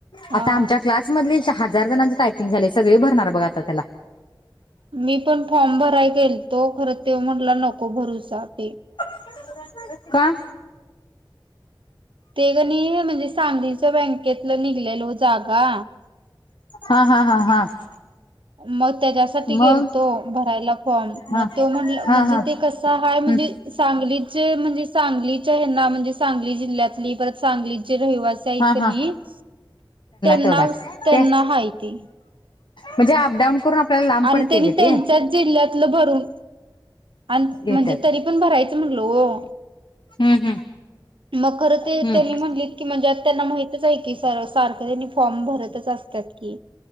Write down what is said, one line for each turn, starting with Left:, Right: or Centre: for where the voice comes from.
Right: हा
Left: आता आमच्या क्लास मध हजार जणांचे टयपंग झाले सगळे भरणार बघा आता त्याला
Right: मी पण फॉर्म भराय गेल तो खर ते म्हणला नको भरूचा ते
Left: <unintelligible> का?
Right: ते कणी म्हणजे सांगलीच्या बँकेतलं निघलेल हो जागा
Left: हा -हा- हा- हा <inaudible>
Right: मग त्याच्यासाठी
Left: मग
Right: गेलतो भरायला फाॅम-म
Left: हा
Right: त्यो म्हंटला म्हणजे
Left: हा हा
Right: ते कसं आहे म्हणजे
Left: हम्म,
Right: सा सांगली म्हणजे सांगली च्या हेंना म्हणजे सांगली जिल्ह्यातली परत सांगलीत जे रहिवासी आहेत
Left: हा
Right: कणी
Left: हा
Right: त्यांना
Left: तेवढा आहे.
Right: -त्यांना
Left: ते
Right: हायती
Left: म्हणजे <inaudible> अबडाऊन करून आपल्याला लांब
Right: आणि
Left: पडते
Right: त्यांनी
Left: ग
Right: त्यांच्याच
Left: ते
Right: जिल्ह्यातलं भरून आणि
Left: घेतात
Right: म्हणजे तरी पण भरायचं म्हटल हो
Left: हम्म हम्म
Right: मग खर ते
Left: हम्म
Right: त्यांनी म्हणली की म्हणजे आता त्यांना माहित तच हाय की स -सारखं त्यांनी फॉर्म भरतच असत्यात की